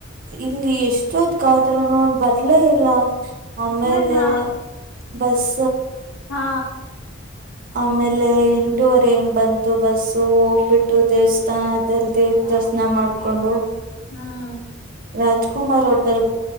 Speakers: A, on the right; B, on the left.
A: ಇಲ್ಲಿ ಎಷ್ಟೊತ್ಗಾದ್ರೂನೂ ಬರಲೇ ಇಲ್ಲ ಆಮೇಲೆ
B: ಏನಾ
A: ಬಸ್
B: ಹಾ
A: ಆಮೇಲೆ ಎಂಟೂವರೆ ಹಂಗ್ ಬಂತು ಬಸ್ಸು ಹೋಗ್ಬಿಟ್ಟು ದೇವಸ್ಥಾನದಲ್ಲಿ ದೇವ ದರ್ಶನ ಮಾಡ್ಕೊಂಡು
B: ಹ್ಮ್
A: ರಾಜುಕುಮಾರ್ ಹೋಟೆಲ್